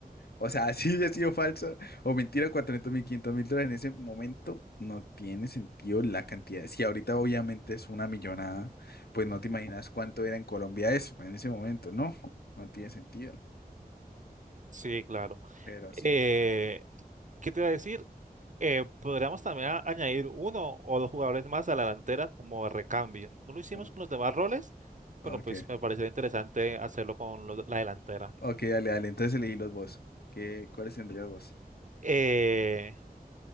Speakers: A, on the left; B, on the right.
A: O sea, <laughs> si hubiera sido falsa o mentira, cuatrocientos mil, 500 mil dólares en ese momento no tiene sentido la cantidad. Si ahorita obviamente es una millonada, pues no te imaginas cuánto era en Colombia eso en ese momento. No, no tiene sentido.
B: Sí, claro.
A: Pero
B: Eh,
A: sí.
B: ¿qué te iba a decir? Eh, podríamos también a- añadir uno o dos jugadores más a la delantera como recambio. No lo hicimos
A: como-
B: con los demás roles, pero
A: Ok,
B: pues me parecería interesante hacerlo con lo- la delantera.
A: ok, dale, dale. Entonces elegí los vos. ¿Qué, cuáles tendrías vos?
B: Eh,